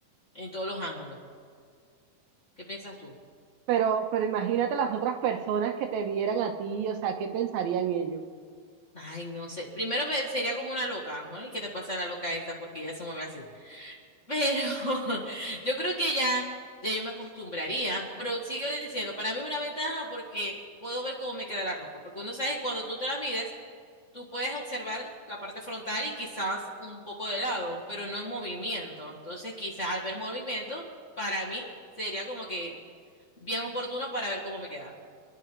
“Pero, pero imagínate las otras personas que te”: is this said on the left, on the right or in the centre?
Right